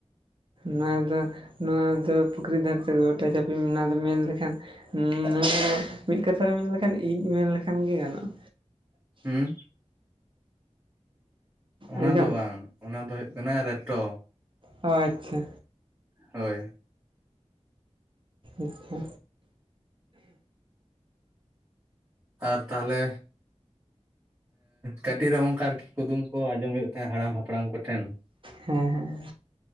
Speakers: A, on the right; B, on the right.
A: ᱱᱚᱣᱟ ᱫᱚ ᱱᱚᱣᱟ ᱫᱚ ᱯᱩᱠᱷᱨᱤ ᱫᱷᱟᱨᱛᱮ ᱜᱚᱴᱟ ᱪᱟᱯᱮ ᱱᱚᱣᱟ ᱫᱚ ᱢᱮᱱ ᱞᱮᱠᱷᱟᱱ, ᱦᱮᱸ ᱢᱤᱫ ᱠᱟᱛᱷᱟ ᱢᱮᱱ ᱞᱮᱠᱷᱟᱱ ᱤᱡ ᱢᱮᱱ ᱞᱮᱠᱷᱟᱱ ᱜᱮ ᱜᱟᱱᱚᱜᱼᱟ᱾
B: ᱦᱩᱸ ᱚᱱᱟ
A: ᱟᱸᱡᱚᱢ
B: ᱫᱚ ᱵᱟᱝ, ᱚᱱᱟ ᱫᱚ ᱦᱩᱭᱩᱜ ᱠᱟᱱᱟ ᱨᱮᱴᱚ᱾
A: ᱚ ᱟᱪᱷᱟ᱾
B: ᱦᱳᱭ
A: ᱟᱪᱪᱷᱟ᱾
B: ᱟᱨ ᱛᱟᱦᱚᱞᱮ ᱠᱟᱹᱴᱤᱡ ᱨᱮᱦᱚ ᱚᱱᱠᱟ ᱟᱨᱠᱤ ᱠᱩᱫᱩᱢ ᱠᱚ ᱟᱸᱡᱚᱢ ᱦᱩᱭᱩᱜ ᱛᱮ ᱦᱟᱲᱟᱢ ᱦᱟᱯᱲᱟᱢ ᱠᱚᱴᱷᱮᱱ᱾
A: ᱦᱮᱸ ᱦᱮᱸ